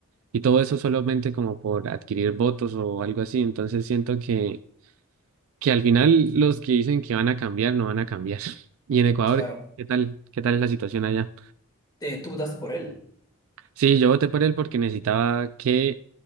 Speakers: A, on the right; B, on the left.
A: Y todo eso solamente como por adquirir votos o algo así. Entonces siento que, que al final los que dicen que van a cambiar no van a cambiar. <laughs> Y en Ecuador,
B: Claro.
A: ¿qué tal? ¿Qué tal es la situación allá?
B: Te, tú votaste por él.
A: Sí, yo voté por él porque necesitaba que